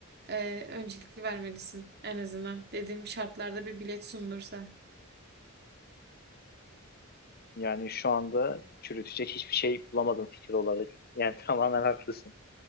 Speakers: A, on the right; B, on the left.
A: e, öncelikli vermelisin. En azından dediğim şartlarda bir bilet sunulursa.
B: Yani şu anda çürütecek hiçbir şey bulamadım fikir olarak. Yani <laughs> tamamen haklısın.